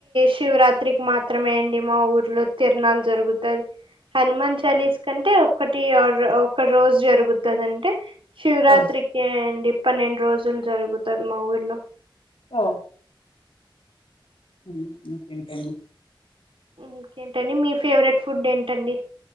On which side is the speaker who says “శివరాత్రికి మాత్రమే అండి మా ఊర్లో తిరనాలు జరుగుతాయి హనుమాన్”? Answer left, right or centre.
Right